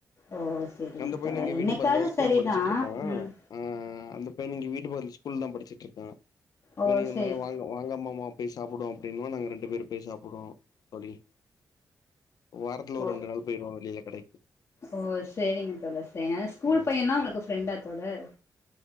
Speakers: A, on the left (about 45°); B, on the left (about 70°).
A: ஓ செரிங்க
B: அந்த பையன
A: தோழர்
B: இங்க
A: என்னைக்காவது
B: வீட்டு பக்த்ல ஸ்கூல்
A: சரிதா
B: படிச்சிட்ருக்கா
A: ம்
B: அவ அந்த பையனோட வீ ட்ல பக்கத்ல ஸ்கூல்தா படிச்சுட்ருக்கா
A: ஓ
B: வெளிய வந்தனா
A: செரி
B: வாங்க வாங்க மாமா போய் சாப்புடுவோ அப்டீன்னுவோ நாங்க ரெண்டு பேர் போய் சாப்புடுவோ தோழி வாரத்துல ஒரு
A: ஓ
B: ரெண்டு நாள் போயிருவோ வெளில கடைக்
A: ஓ செரிங்க தோழர் செரிங்க ஆனா ஸ்கூல்
B: ம்
A: பையனா உங்குளுக்கு ஃப்ரெண்டா தோழர்